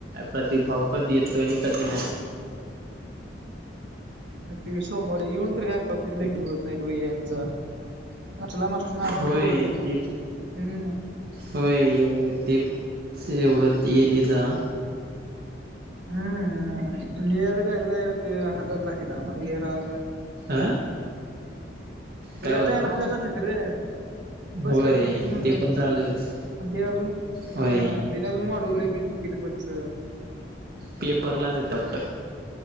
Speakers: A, on the right (about 55°); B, on the right (about 75°).
A: कधी भाव कधी येतो आणि कधी नाही.
B: तु सोमवार येऊन तर काय करते लेटत नाही यांचा. चला मास्टर आम्हाला
A: होय
B: परवड बी नाही
A: ते
B: हम्म
A: होय ते. तसे उड़द ये निझा.
B: हम्म गल ए हती हजार लाकद मण येलव.
A: ह काय
B: यायला
A: बोलतो
B: जायला हजार जात्यात र
A: होय
B: बस ला तिकीट म्हणलंय.
A: ते पण झालंच
B: आणि ते अजून
A: होय
B: हं त्याने अजून वाढवले बी तिकीट बचच.
A: पेपराच येतात.